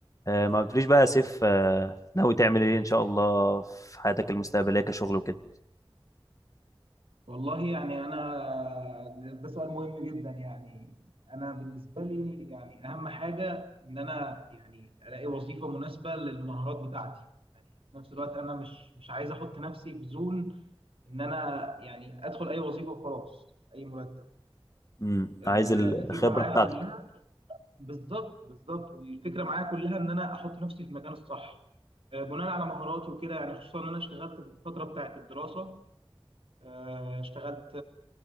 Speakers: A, on the left; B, on the right.
A: آه، ما قلتليش بقى يا سيف آه، ناوي تعمل ايه ان شاء الله في حياتك المستقبليه كشغل وكده
B: والله يعني انا ده ده سؤال مهم جدا يعني انا بالنسبه لي يعني اهم حاجه ان انا يعني الاقي وظيفه مناسبه للمهارات بتاعتي يعني في نفس الوقت انا مش مش عايز احط نفسي في زون ان انا يعني ادخل اي وظيفه وخلاص اي مرتب
A: امم
B: آه،
A: عايز الخبره
B: الفكره معايا
A: بتاعتك
B: كلها بالظبط بالظبط الفكره معايا كلها ان انا احط نفسي في المكان الصح آه، بناء على مهاراتي وكده يعني خصوصا ان انا اشتغلت في الفتره بتاعت الدراسه آه، اشتغلت